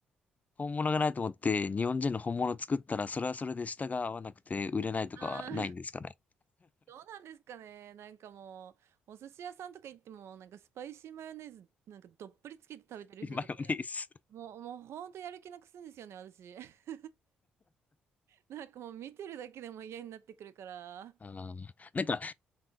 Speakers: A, on the left; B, on the right.
A: 本物がないと思って日本人の本物を作ったらそれはそれで舌が合わなくて売れないとかはないんですかね。
B: ああ、<laughs> どうなんですかね。なんかもう、お寿司屋さんとか行っても、なんかスパイシーマヨネーズなんかどっぷりつけて食べてる人とか、
A: <laughs> マヨネーズ。
B: もう、もうほんとやる気なくすんですよね、私。<laughs> なんかもう見てるだけでも嫌になってくるから。
A: ああ。なんか